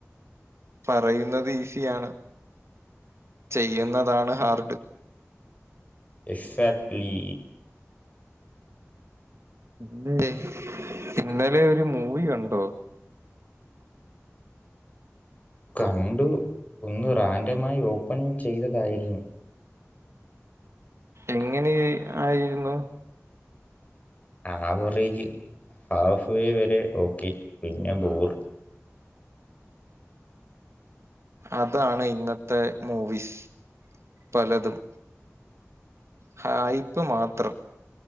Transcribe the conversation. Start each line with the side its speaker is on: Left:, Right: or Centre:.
Right: പറയുന്നത് ഈസിയാണ് ചെയ്യുന്നതാണ് ഹാർഡ്
Left: എക്സാക്ട്ലി
Right: ഇല്ലേ ഇന്നലെ ഒരു മൂവി കണ്ടോ
Left: കണ്ടു ഒന്ന് റാൻഡമായി ഓപ്പൺ ചെയ്തതായിരുന്നു
Right: എങ്ങനെ ആയിരുന്നു
Left: ആവറേജ് ഹാഫ് വേ വരെ ഓക്കെ പിന്നെ ബോർ
Right: അതാണ് ഇന്നത്തെ മൂവിസ് പലതും ഹായ്പ്പ് മാത്രം